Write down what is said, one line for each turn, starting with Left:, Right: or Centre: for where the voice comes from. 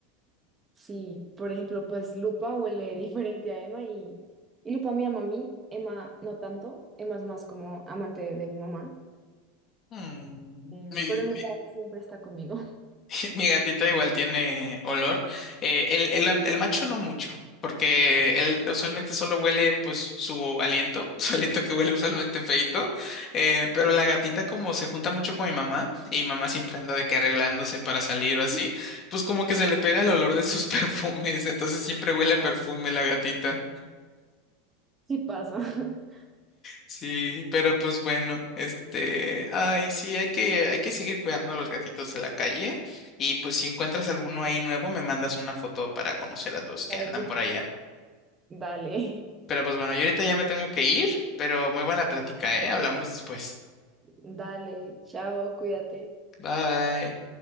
Right: sí, por ejemplo, pues Lupa huele <laughs> diferente a Emma y, y Lupa me ama a mí, Emma no tanto, Emma es más como amante de mi mamá,
Left: Mm,
Right: eh,
Left: mi-
Right: pero Lupa siempre está conmigo.
Left: <laughs> Mi gatita igual tiene olor. Eh, el, el am- el macho no mucho, porque él usualmente solo huele pues su aliento, <laughs> su aliento que huele usualmente feito. Eh, pero la gatita como se junta mucho con mi mamá y mi mamá siempre anda de que arreglándose para salir o así,
Right: <laughs>
Left: pues como que se le pega el olor de sus <laughs> perfumes, entonces siempre huele a perfume
Right: Ah,
Left: la gatita.
Right: Sí pasa, <laughs>
Left: Sí, pero pues bueno, este, ay, sí, hay que, hay que seguir cuidando a los gatitos de la calle y pues si encuentras alguno ahí nuevo, me mandas una foto para conocer a los que
Right: claro
Left: andan
Right: que
Left: por
Right: sí.
Left: allá.
Right: Dale,
Left: Pero pues bueno, yo ahorita ya me tengo que ir, pero muy buena plática, ¿eh? Hablamos después.
Right: <laughs> dale, chao, cuídate.
Left: Bye.